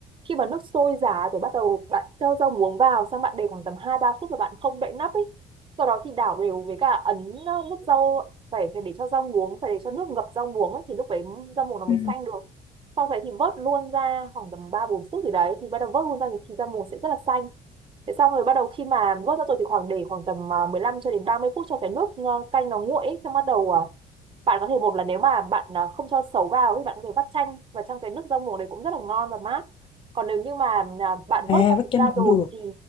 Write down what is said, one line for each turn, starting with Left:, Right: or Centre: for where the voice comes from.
Right: khi mà nước sôi giá rồi bắt đầu bạn cho rau muống vào xong bạn để khoảng tầm hai ba phút và bạn không đậy nắp ấy sau đó thì đảo đều với cả ấn ờ, nước rau phải phải để cho rau muống phải để cho nước ngập rau muống ấy, thì lúc đấy rau muống nó mới
Left: Ừ.
Right: xanh được sau đấy thì vớt luôn ra khoảng tầm ba bốn phút thì đấy thì bắt đầu vớt luôn ra thì, thì rau muống sẽ rất là xanh Thế xong rồi bắt đầu khi mà vớt ra rồi thì khoảng để khoảng tầm ờ, 15 cho đến 30 phút cho cái nước à, canh nó nguội ấy, xong bắt đầu ờ, bạn có thể một là nếu mà bạn à, không cho sấu vào thì bạn có thể vắt chanh và trong cái nước rau muống đấy cũng rất là ngon và mát còn nếu như mà à, bạn
Left: À,
Right: vớt rau
Left: vắt
Right: muống
Left: chanh
Right: ra
Left: cũng
Right: rồi
Left: được.
Right: thì